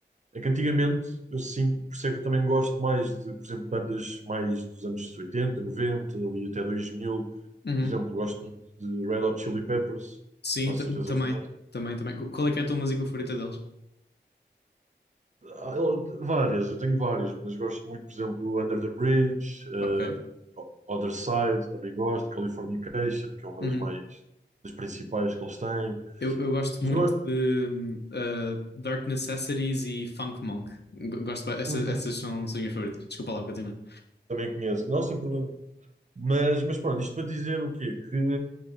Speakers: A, on the right; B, on the left.
A: é que antigamente eu sim, por isso é que eu também gosto mais de, por exemplo, bandas mais dos anos 80, 90, ali até 2000.
B: Uhum.
A: Por exemplo, gosto muito de Red Hot Chili Peppers,
B: Sim,
A: quase
B: ta-
A: certeza
B: também.
A: que conheço.
B: Também, também. Qu- Qual é que é a tua música favorita deles?
A: Ah, eu- Várias, eu tenho várias, mas gosto muito, por exemplo, Under the Bridge, eh,
B: Ok.
A: Other Side, também gosto, Californication, que é uma
B: Uhum.
A: das mais das principais que eles têm.
B: Eu, eu gosto
A: Mas
B: muito
A: eu gosto-
B: de hum, uh, Dark Necessities e Funk Monk. G- Gosto, ba- essa,
A: Uhum.
B: essas são as minhas favoritas. Desculpa lá, Catarina.
A: também conheço, não, sem problema. Mas, mas pronto, isto para dizer o quê? Que,